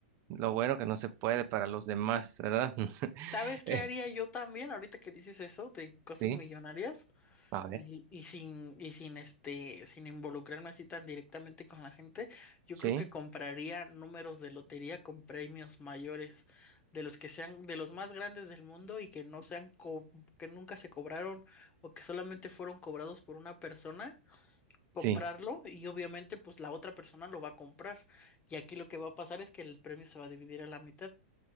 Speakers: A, on the right; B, on the left.
A: lo bueno que no se puede para los demás, ¿verdad? <laughs>
B: ¿Sabes qué
A: Eh,
B: haría yo también ahorita que dices eso de cosas
A: sí,
B: millonarias?
A: a ver,
B: Ay, Y sin, y sin este, sin involucrarme así tan directamente con la gente, yo
A: sí,
B: creo que compraría números de lotería con premios mayores, de los que sean, de los más grandes del mundo y que no sean co- que nunca se cobraron o que solamente fueron cobrados por una persona, comprarlo
A: sí,
B: y obviamente pues la otra persona lo va a comprar. Y aquí lo que va a pasar es que el premio se va a dividir a la mitad.